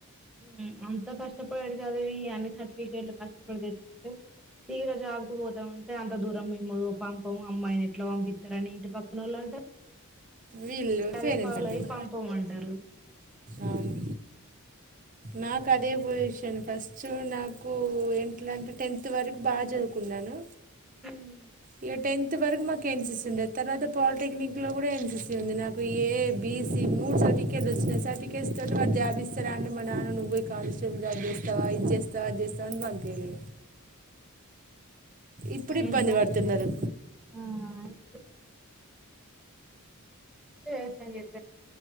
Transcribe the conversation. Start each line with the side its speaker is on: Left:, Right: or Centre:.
Centre: హ్ అంత కష్టపడి చదివి అన్ని సర్టిఫికెట్లు కష్టపడి తెచ్చుకుంటే తీర జాబ్కు పోతామంటే అంత దూరం మేము పంపము అమ్మాయిని ఎట్లా పంపిస్తారని ఇంటి పక్కనోళ్ళు అంటరు,
Right: వీళ్ళు
Centre: అదే
Right: పేరెంట్స్
Centre: పాలో
Right: అంటారు
Centre: అయి పంపం అంటరు.
Right: అవును నాకు అదే పొజిషన్ ఫస్ట్ నాకు ఎట్ల అంటే టెన్త్ ఇంత వరకు బాచదువుకున్నాను.
Centre: ఉమ్,
Right: ఇగ టెన్త్ కొతి వరకు మాకు ఎంసిస్తుండే తర్వాత పాలిటెక్నిక్ లో కూడా ఎంన్స్తు ంది నాకు ఏ బిసి మూడు సర్టిఫికెట్లు వచ్చినాయి సర్టిఫికేట్స్ తోటి వ జాబిస్తార అంట మా నాన్న నువ్్వే కానిస్టేబుల్ స్తావా ఇచ్చేస్త రాజస్థాన్ బాధేలే ఇప్పుడు ఇబ్బంది
Centre: ఇంట్లో
Right: పడుతున్నారు
Centre: ఆ ఇ ఏ <unintelligible>